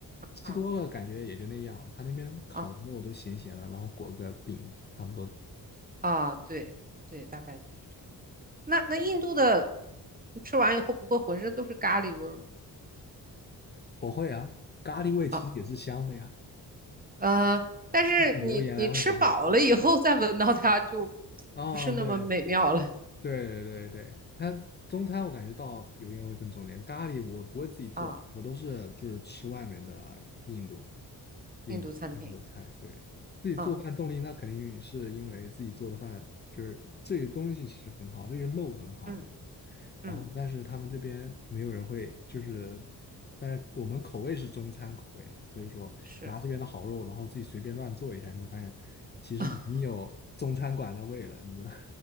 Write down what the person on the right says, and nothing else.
啊
啊
啊，对对，大概就是这样。那那印度的，你吃完以后不会浑身都是咖喱味儿吗？
啊呃，但是你你吃饱了以后再闻到它就
不是那么美妙了
啊。
印度餐厅
啊，
嗯嗯，
是
<laughs>